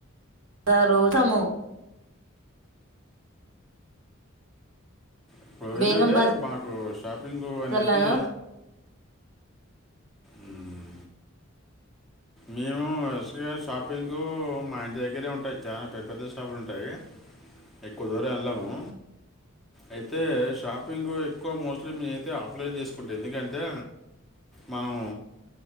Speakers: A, on the right (about 65°); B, in the centre.
A: రారు సాము
B: ఇప్పుడు
A: బేగం
B: ఏండంటే
A: బజార్
B: మాకు షాపింగు అనేది
A: లో
B: ఉమ్, మేము S V R shop shopping మా ఇంటి దగ్గరే ఉంటాయి. చానా పెద్ద పెద్ద షాపులు ఉంటాయి. ఎక్కువ దూరం వెళ్ళము. అయితే షాపింగు ఎక్క్ ఎక్కువ మోస్ట్లీ మే అయితే, ఆఫ్లైన్ చేసుకుంటే ఎందుకంటే, మనం